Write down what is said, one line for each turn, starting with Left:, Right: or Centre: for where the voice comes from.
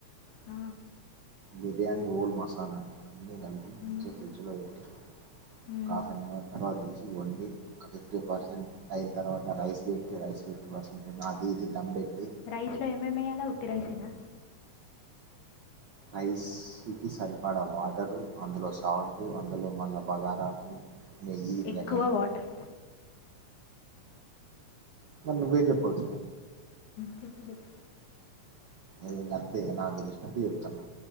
Left: ఆ
Right: బిర్యాణి హఓల్ మసాలా అన్నీ కలిపి
Left: మ్మ్,
Right: మంచి ఫ్రిడ్జల పేట్టి
Left: మ్మ్.
Right: ఒక హాఫ్ నవర్ తర్వాత తీసి వండి ఒక ఫిఫ్టీ పర్సెంట్ అయిన తర్వాత రైస్ పెట్టి రైస్ ఫిప్టి పర్సెంట్ అయినాక అది ఇది దమ్ పెట్టి
Left: రైస్ లో ఏమేమి ఎయ్యాల ఉత్తి రైసేనా
Right: రైస్ కి సరిపడ వాటరు అందులో సాల్ట్ అందులో మళ్ళా బగారాకు నెయ్యి
Left: ఎక్కువ
Right: లెమను
Left: వాటర్
Right: మ వేజప్పచగా
Left: చెప్పు చెప్పు
Right: న అంతే నాకు తెలిసినట్టు చెప్తాను